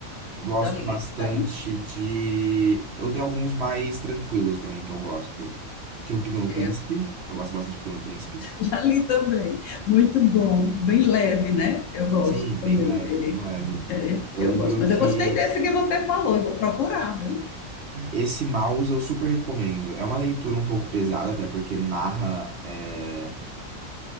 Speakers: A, on the left; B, on the right.
A: Eu
B: Gosto
A: já li
B: bastante
A: esse daí.
B: de. Eu tenho alguns mais tranquilos também que eu gosto. Tipo Pequeno
A: É,
B: Príncipe. Eu gosto bastante de Pequeno Príncipe.
A: <laughs> Já li também. Muito bom. Bem leve, né? Eu gosto
B: Sim,
A: também
B: bem leve,
A: dele.
B: bem leve.
A: É,
B: Eu
A: eu
B: lembro
A: gosto. Mas
B: que
A: eu gostei desse que você falou. Eu vou procurar, viu?
B: esse mouse eu super recomendo. É uma leitura um pouco pesada, até porque narra é,